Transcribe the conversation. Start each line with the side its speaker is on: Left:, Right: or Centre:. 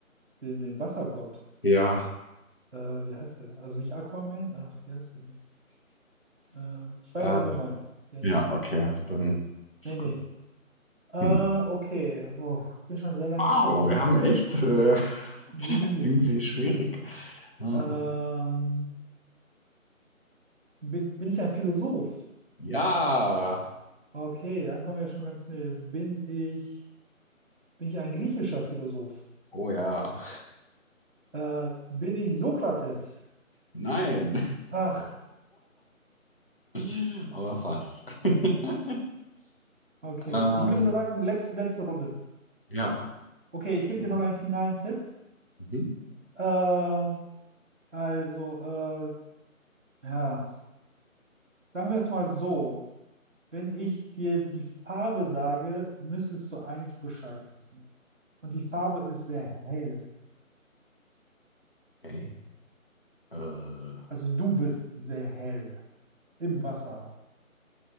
Right: den, den Wassergott.
Left: Ja.
Right: Äh, wie heißt der? Also nicht Aquaman? Ach, wie heißt der? denn? Äh, ich weiß,
Left: Äh,
Right: wen du meinst. Ja,
Left: ja,
Right: ja.
Left: okay, dann ist
Right: Nee,
Left: gut.
Right: nee. Äh,
Left: Hm.
Right: okay. Oh, ich bin schon sehr lange
Left: Wow,
Right: tot.
Left: wir haben echt äh, <laughs>
Right: Genie.
Left: irgendwie schwierig. Äh,
Right: Ähm, bin, bin ich ein Philosoph?
Left: Ja.
Right: Okay, dann kommen wir ja schon ganz näher. Bin ich, bin ich ein griechischer Philosoph?
Left: Oh ja.
Right: Äh, bin ich Sokrates?
Left: Nein,
Right: Ach,
Left: <laughs> aber fast. <laughs>
Right: okay.
Left: Ähm,
Right: Ich würde sagen, letz, letzte Runde.
Left: ja.
Right: Okay,
Left: Okay.
Right: ich gebe dir noch einen finalen Tipp.
Left: Mhm.
Right: Äh, also, äh, ja, sagen wir es mal so. Wenn ich dir die Farbe sage, müsstest du eigentlich Bescheid wissen. Und die Farbe ist sehr hell.
Left: Okay. Äh,
Right: Also du bist sehr hell im Wasser.